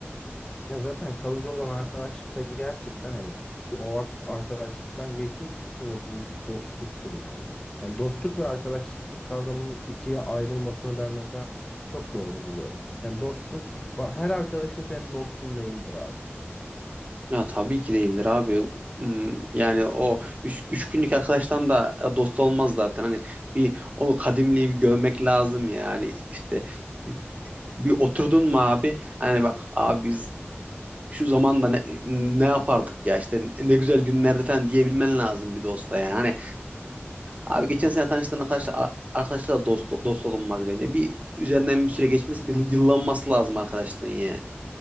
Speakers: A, on the left; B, on the right.
A: Ya zaten kalıcı olan arkadaşlık da gerçekten hani o artık arkadaşlıktan geçmiştir ve bu dostluktur yani. Hani dostluk ve arkadaşlık kavramının ikiye ayrılmasını ben mesela çok doğru buluyorum. Yani dostun, ba- her arkadaşın senin dostun değildir abi.
B: Ya tabii ki değildir abi. Hmm, Yani o üç, üç günlük arkadaştan da e, dost olmaz zaten. Hani bir o kadimliği bir görmek lazım yani. İşte e, bir oturdun mu abi? Hani bak abi biz şu zamanda ne, ne yapardık ya işte ne güzel günlerde falan diyebilmen lazım bir dosta yani. Hani abi geçen sene tanıştığın arkadaşlar arkadaşlar da dost dost olunmaz bence. Bir üzerinden bir süre geçmesi bir yıllanması lazım arkadaşlığın yani.